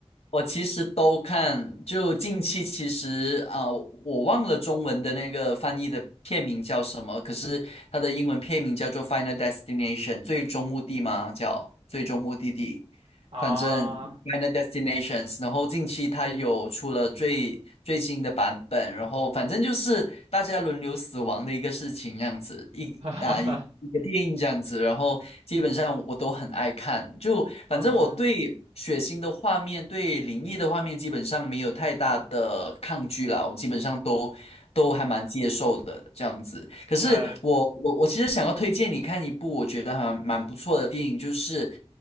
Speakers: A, on the left; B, on the right.
A: 我其实都看，就近期其实啊、我忘了中文的那个翻译的片名叫什么，可是它的英文片名叫做《Final Destination》，最终目的吗？叫最终目的地。
B: 啊，
A: 反正《Final Destinations》，然后近期它有出了最最新的版本，然后反正就是大家轮流死亡的一个事情，这样子一啊一一个电影这样子，
B: <laughs> 哈哈哈
A: 然后基本上我都很爱看，就反正我对血腥的画面、
B: 啊，
A: 对灵异的画面基本上没有太大的抗拒啦，我基本上都都还蛮接受的这样子。可是我我我其实想要推荐你看一部我觉得还蛮不错的电影，
B: 那。
A: 就是。